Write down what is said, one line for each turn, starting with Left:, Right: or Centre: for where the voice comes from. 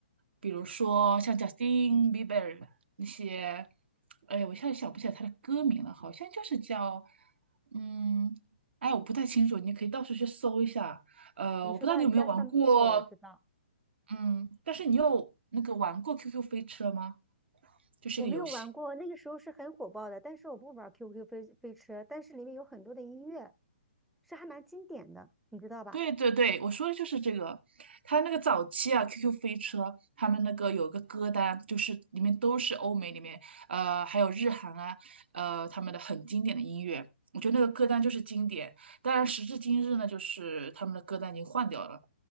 Right: 比如说像 Justin Bieber 那些，哎呀，我现在想不起来他的歌名了，好像就是叫，嗯，哎，我不太清楚，你可以到处去搜一下。呃，
Centre: 你说到
Right: 我不知道你有没有玩过，
Centre: Justin Bieber，我知道，
Right: 嗯，但是你有那个玩过 QQ 飞车吗？就是一个游戏。
Centre: 我没有玩过，那个时候是很火爆的，但是我不玩 QQ 飞飞车，但是里面有很多的音乐，是还蛮经典的，你知道吧？
Right: 对对对，我说的就是这个。他那个早期啊，QQ 飞车他们那个有个歌单，就是里面都是欧美里面，呃，还有日韩啊，呃，他们的很经典的音乐。我觉得那个歌单就是经典，当然时至今日呢，就是他们的歌单已经换掉了，